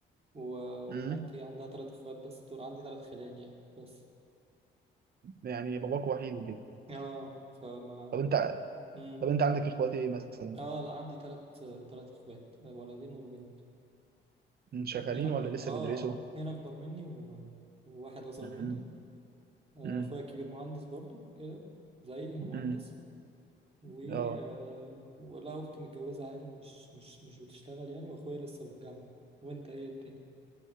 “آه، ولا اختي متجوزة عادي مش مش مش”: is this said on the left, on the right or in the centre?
Right